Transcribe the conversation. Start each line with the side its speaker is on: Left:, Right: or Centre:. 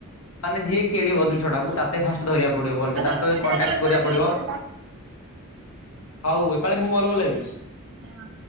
Left: ମାନେ ଯିଏ କିଣିବ ଜିନିଷ ଟାକୁ ତାତେ ଫାଷ୍ଟ ଧରିବାକୁ ପଡିବ ଭଲସେ
Right: ଆଉ
Left: ତା
Right: ଦଶ
Left: ସହିତ
Right: ମିନିଟ୍
Left: କଣ୍ଟାକ୍ଟ
Right: ହେଲା ଆଉ
Left: କରିବାକୁ
Right: ଥରେ
Left: ପଡିବ।
Right: କଲ୍ କର ମ।
Left: ହଉ ଏପାଳି ମୁଁ ଭଲ ବଳ ହେବି।
Right: ହଁ।